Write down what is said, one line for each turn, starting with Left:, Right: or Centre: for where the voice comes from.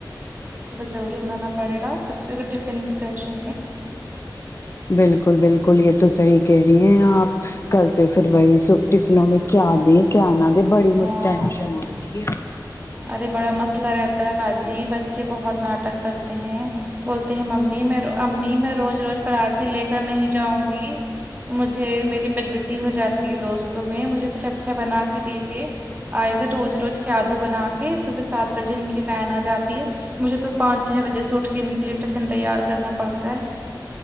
Right: صبح جلدی اڑنا نا پڑے گا بچوں کے ٹفین کی ٹینشن میں
Left: بالکل بالکل یہ تو صحیح کہہ رہی ہیں آپ کل سے پھر وہی س ٹفنوں میں کیا دے کیا نہ دے بڑی
Right: ہاں
Left: م ٹینشن ہو رکھی ہے
Right: ارے بڑا مسئلہ رہتا ہے باجی بچے بہت ناٹک کرتے ہیں بولتے ہیں ممی میں امی میں روز روز پراٹھے لے کر نہیں جاؤں گی مجھے میری <unintelligible> تی ہو جاتی ہے دوستوں میں مجھے کچھ اچھا بنا کے دیجیے آئے ہو روز روج کیا دوں بنا کے صبح سات بجے ان کی وین آ جاتی ہے مجھے تو پانچ چھ بجے سے اٹھ کے ان کے لیے ٹفن تیار کرنا پڑتا ہے